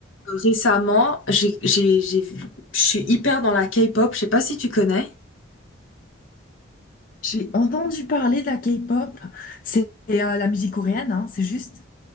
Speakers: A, on the left; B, on the left.
A: Récemment, j'ai, j'ai, j'ai, vu- je suis hyper dans la K-pop. Je sais pas si tu connais.
B: J'ai entendu parler de la K-pop. C'est euh, la musique coréenne, hein, c'est juste.